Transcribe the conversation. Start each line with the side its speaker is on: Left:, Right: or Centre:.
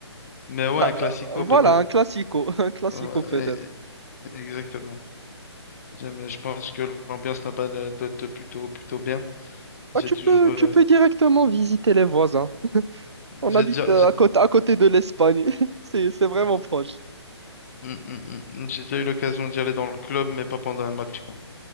Left: Mais ouais,
Right: Ah,
Left: un classico
Right: euh, Voilà,
Left: peut-être.
Right: un classico, <laughs> un classico
Left: Ouais,
Right: peut-être.
Left: e- e- exactement. J'aime- je pense que l'ambiance là-bas elle doit être plutôt, plutôt bien. J'ai
Right: Ah, tu
Left: toujours,
Right: peux,
Left: euh,
Right: tu peux directement visiter les voisins. On
Left: j'ai
Right: habite
Left: déjà,
Right: euh,
Left: j'ai
Right: à côté, à côté de l'Espagne. <laughs> C'est, c'est vraiment
Left: Mm,
Right: proche.
Left: mm, mm, mm. J'ai déjà eu l'occasion d'y aller dans le club, mais pas pendant un match, quoi.